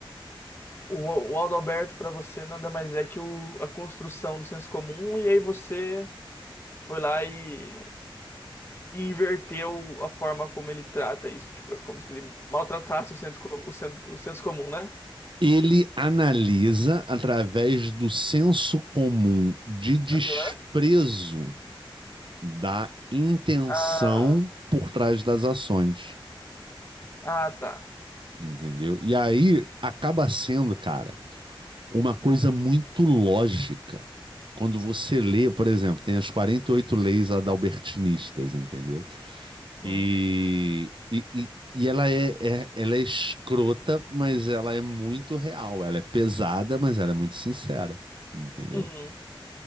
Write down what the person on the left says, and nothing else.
O, o Aldo Alberto para você nada mais é que o, a construção do senso comum e aí você foi lá e, e inverteu a forma como ele trata isso. Tipo, é como se ele maltratasse o senso, co- o sen- o senso comum, né?
Aham.
Ah,
ah, tá.
Uhum.
Uhum.